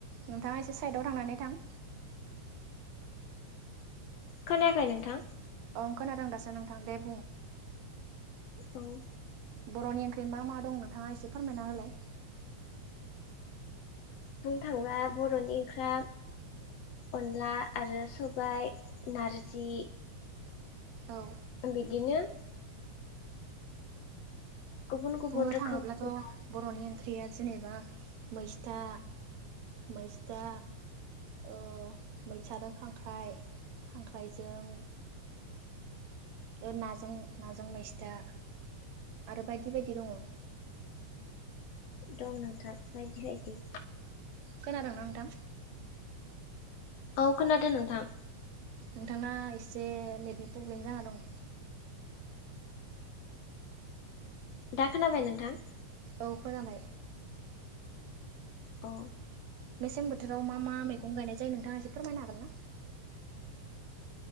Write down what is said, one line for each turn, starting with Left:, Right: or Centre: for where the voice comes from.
Right: नोंथाङा एसे साइडआव थांनानै थां
Left: खोनायाखै नोंथां?
Right: अ खोनादों दासो नोंथां दे बुं।
Left: औ।
Right: बर'नि ओंख्रि मा मा दं नोंथाङा एसे फोरमायना होलाय।
Left: बुंनो थाङोब्ला बर'नि ओंख्रि अनला आरो सबाइ, नार्जि
Right: औ
Left: बिदिनो। गुबुन गुबुन
Right: बुंनो
Left: रोखोमनि
Right: थाङोब्लाथ' बर'नि ओंख्रिया जेनेबा मैस्था मैस्था ओ मैथाजों खांख्राइ, खांख्राइजों नाजों, नाजों मैस्था, आरो बायदि बायदि दङ।
Left: दं नोंथां बायदि बायदि।
Right: खोनादोंना नोंथां?
Left: औ खोनादो नोंथां।
Right: नोंथांना एसे नेटनि प्रब्लेम जाना दं।
Left: दा खोनाबाय नोंथां?
Right: औ खोनाबाय।
Left: अ।
Right: मेसें बोथोराव मा मा मैगं गायनाय जायो नोंथाङा एसे फोरमायनो हागोन ना?